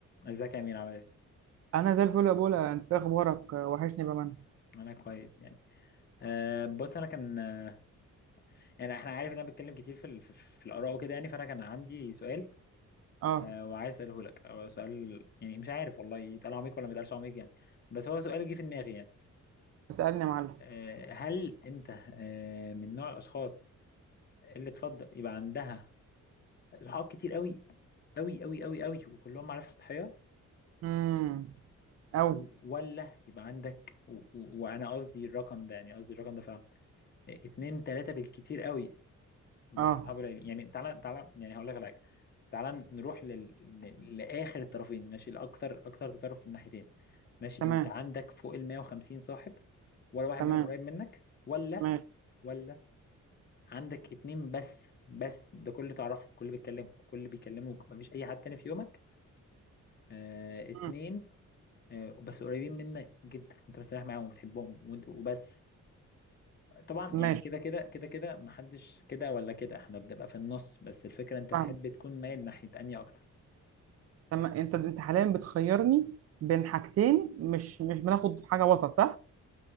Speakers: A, on the left (about 35°); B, on the right (about 55°).
A: ازيك يا امين عامل ايه؟
B: انا زي الفل يا بولا انت إيه اخبارك وحشني بأمان
A: انا كويس يعني أه بص انا كان آه، يعني احنا عارف ان انا بتكلم كتير في ال- في, في الاراء وكده يعني فانا كان عندي سؤال
B: اه
A: أه وعايز اساله لك او سؤال يعني مش عارف والله يتقال عميق ولا ما يتقالش عميق يعني بس هو سؤال جه في دماغي يعني
B: اسألني يا معلم
A: أه هل انت أه من نوع الاشخاص اللي تفضل يبقى عندها صحاب كتير قوي قوي قوي قوي قوي وكلهم معارف سطحيه
B: امم او
A: و- ولا يبقى عندك و- و- وانا قصدي الرقم ده يعني قصدي الرقم ده فعلا اتنين تلاتة بالكتير قوي بس
B: اه
A: اصحابه قليلين يعني تعالى تعالى يعني هقول لك على حاجه تعالى نروح لل... ل- لاخر الطرفين ماشي لاكتر اكتر تطرف في الناحيتين ماشي
B: تمام
A: انت عندك فوق ال 150 صاحب ولا واحد
B: تمام
A: منهم قريب منك ولا
B: ماشي
A: ولا عندك اتنين بس بس ده كل اللي تعرفه كل اللي بيتكلموا كل اللي بيكلموك مفيش اي حد تاني في يومك آه اتنين
B: مم.
A: آه بس قريبين منك جدا وانت مستريح معاهم وبتحبهم وانت وبس طبعا
B: ماشي
A: يعني كده كده كده كده محدش كده ولا كده احنا بنبقى في النص بس الفكرة انت
B: فاهم
A: تحب تكون مايل ناحية انهي اكتر
B: تمام انت انت حاليا بتخيرني بين حاجتين مش مش بناخد حاجة وسط صح